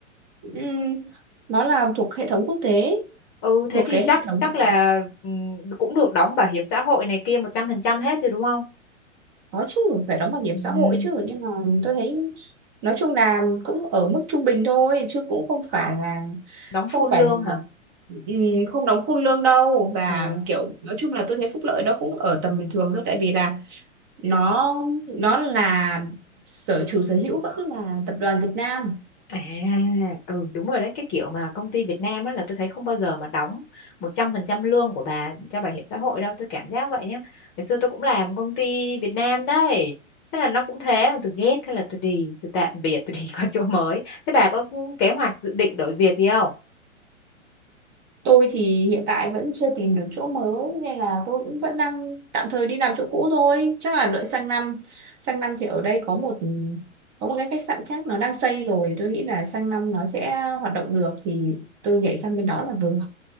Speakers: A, on the right; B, on the left.
A: Ừm, nó làm thuộc hệ thống quốc tế
B: Ừ thế
A: thuộc
B: thì
A: cái
B: chắc
A: hệ thống
B: chắc là
A: của
B: ừ, cũng được đóng bảo hiểm xã hội này kia 100% hết rồi đúng không?
A: có chứ phải đóng bảo hiểm
B: Ừ,
A: xã hội chứ nhưng mà tôi thấy nói chung là cũng ở mức trung bình thôi chứ cũng không phải là
B: đóng
A: không
B: full
A: phải
B: lương
A: là
B: hả?
A: ừm, không đóng full lương đâu và
B: À,
A: kiểu nói chung là tôi thấy phúc lợi nó cũng ở tầm bình thường thôi tại vì là nó nó là sở chủ sở hữu vẫn là tập đoàn Việt Nam
B: à ừ đúng rồi đấy, cái kiểu mà công ty Việt Nam á là tôi thấy không bao giờ mà đóng 100% lương của bà cho bảo hiểm xã hội đâu, tôi cảm giác vậy nhá. Ngày xưa tôi cũng làm công ty Việt Nam đấy. Thế là nó cũng thế, tôi ghét thế là tôi đi, tôi tạm biệt, tôi đi <laughs> qua chỗ mới. Thế bà có kế hoạch dự định đổi việc gì không?
A: tôi thì hiện tại vẫn chưa tìm được chỗ mới nên là tôi cũng vẫn đang tạm thời đi làm chỗ cũ thôi chắc là đợi sang năm sang năm thì ở đây có một có một cái khách sạn khác nó đang xây rồi tôi nghĩ là sang năm nó sẽ hoạt động được thì tôi nhảy sang bên đó là vừa